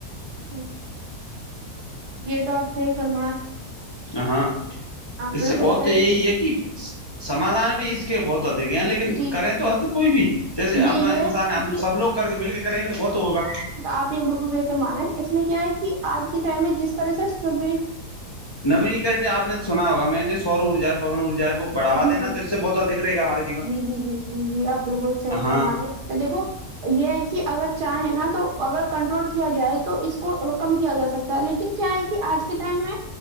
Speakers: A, on the right; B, on the left.
A: ہ یہ تو آپ کا ہی فرمان
B: ہاں اس
A: بالکل
B: سے بہت
A: صحیح
B: یہ یہ کہ سمادھان بھی اس کے بہت تا دے گئے ہیں لیکن
A: جی
B: کریں
A: جی
B: توے تو کوئی بھی جیسے ہم
A: یہ
B: انسان
A: یہ ہے
B: ہم
A: کہ
B: سب لوگ کر کے مل کے کریں گے تو بہت ہوگا
A: تو آپ یہ بالکل صحی فرمایا اس میں کیا ہے کہ آج کے ٹائم میں جس طرح سے سبھی
B: نوینیکر آپ نے سنا ہوا میں نے سور ارجا پون ارجا کو بڑھاوا
A: جی
B: دینا
A: جی
B: تو اس سے بہت دکھ رہے گا ہماری
A: جی جی جی جی جی آپ بالکل صحی
B: ہاں
A: فرما رہے پر دیکھو یہ ہے کہ اگر چاہے نا تو اگر کنٹرول کیا جائے تو اس کو کم کیا جا سکتا لیکن کیا ہے کہ آج کے ٹائم میں